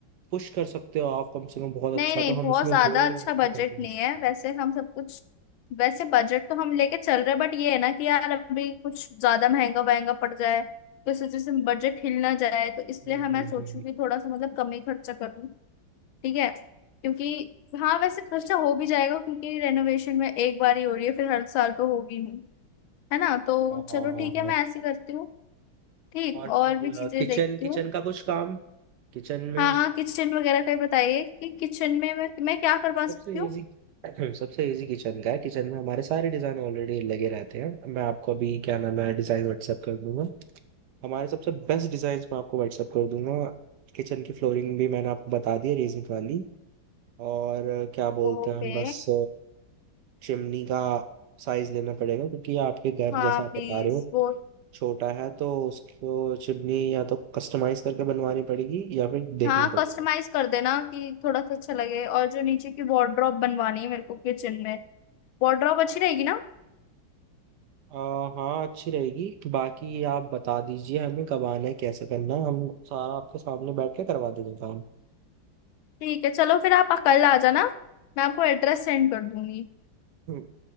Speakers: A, on the right; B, on the left.
A: पुश कर सकते हो आप कम से कम बहुत
B: नहीं
A: अच्छा
B: नहीं
A: तो
B: बहुत
A: हम इसमें
B: ज्यादा
A: गोल्ड
B: अच्छा
A: वर्क
B: बजट
A: भी करके दे
B: नहीं
A: सकते
B: है वैसे
A: हैं
B: हम सब कुछ वैसे बजट तो हम लेके चल रहे हैं बट ये है ना कि यार अभी कुछ ज्यादा महंगा वहंगा पड़ जाए तो इस वजह से बजट हिल ना जाए तो इसलिए
A: हम्म
B: हम मैं
A: हम्म
B: सोचूं
A: हम्म।
B: कि थोड़ा सा मतलब कम ही खर्चा करूँ ठीक है क्योंकि हाँ वैसे खर्चा हो भी जाएगा क्योंकि रेनोवेशन में एक बार ही हो रही है फिर हर साल तो होगी ही है ना तो
A: हाँ हाँ
B: चलो
A: हाँ
B: ठीक है
A: हाँ
B: मैं ऐसे करती हूँ ठीक
A: और
B: और भी चीजें
A: किचन
B: देखती
A: किचन
B: हूँ
A: का कुछ काम किचन में
B: हाँ किचन वगैरह का ही बताइए कि किचन में मैं, मैं क्या करवा सकती
A: सबसे
B: हूँ
A: इजी <clears throat> सबसे इजी किचन का है किचन में हमारे सारे डिजाइन ऑलरेडी लगे रहते हैं मैं आपको अभी क्या नाम है डिजाइन व्हाट्सएप कर दूंगा हमारे सबसे बेस्ट डिजाइन मैं आपको व्हाट्सएप कर दूंगा किचन की फ्लोरिंग भी मैंने आपको बता दी है रेजिंग वाली और क्या बोलते
B: ओके
A: हैं हम बस चिमनी का साइज लेना पड़ेगा क्योंकि आपके घर
B: हाँ
A: जैसा आप
B: प्लीज
A: बता रहे हो
B: वो
A: छोटा है तो उसको चिमनी या तो कस्टमाइज करके बनवानी पड़ेगी या फिर देखनी
B: हाँ
A: पड़ेगा
B: कस्टमाइज कर देना कि थोड़ा सा अच्छा लगे और जो नीचे की वार्डरोब बनवानी है मेरे को किचन में वार्डरोब अच्छी रहेगी ना
A: आ, हाँ अच्छी रहेगी बाकी आप बता दीजिए हमें कब आना है कैसे करना है हम सारा आपके सामने बैठ के करवा देंगे काम
B: ठीक है चलो फिर आप कल आ जाना मैं आपको एड्रेस सेंड कर दूंगी
A: हम्म,